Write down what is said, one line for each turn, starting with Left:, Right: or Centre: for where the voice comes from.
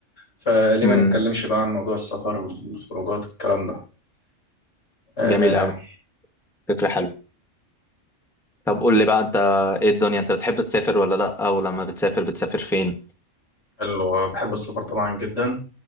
Left: فليه
Centre: امم
Left: ما نتكلمش بقى عن موضوع السفر والخروجات والكلام ده آه
Centre: جميل اوي فكرة حلوة طب قول لي بقى انت ايه الدنيا انت بتحب تسافر ولا لا ولما بتسافر بتسافر فين؟
Left: حلو بحب السفر طبعا جدا